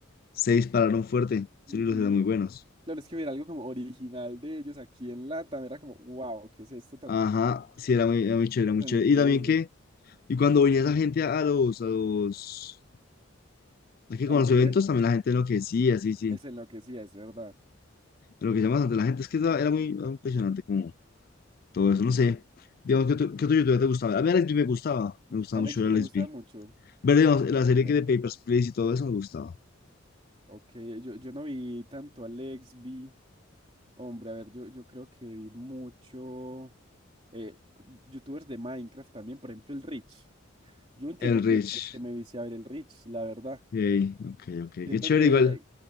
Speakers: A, on the left; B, on the right.
A: se dispararon fuerte. Esos
B: Ujú.
A: libros eran muy buenos.
B: Claro, es que ver algo como original de ellos aquí en Latam era como, wow, ¿qué es esto tan,
A: Ajá,
B: incre-
A: sí, era muy, era muy chévere, era muy
B: tan
A: chévere.
B: increíble?
A: Y también que, y cuando venía esa gente a los, a los, a que
B: A
A: con
B: los
A: los
B: eventos.
A: eventos, también la gente enloquecía, sí, sí.
B: es se enloquecía, es verdad.
A: Enloquecía bastante la gente, es que era, era muy era impresionante como todo eso, no sé. Digamos, ¿qué otro, qué otro youtuber te gustaba? A mí Alex B me gustaba, me gustaba
B: A Lexby
A: mucho el Alex
B: te gustaba
A: B.
B: mucho.
A: Ver, digamos, la serie
B: ve
A: que de Papers, Please y todo eso me gustaba.
B: ok, yo, yo no vi tanto a Lexby. Hombre, a ver, yo, yo creo que vi mucho eh, cu- youtubers de Minecraft también, por ejemplo, el Rich. Yo un tiempo
A: El
B: que,
A: Rich.
B: que me vicié a ver el Rich, la verdad.
A: Ey, ok, ok,
B: Siento
A: qué chévere,
B: que,
A: igual,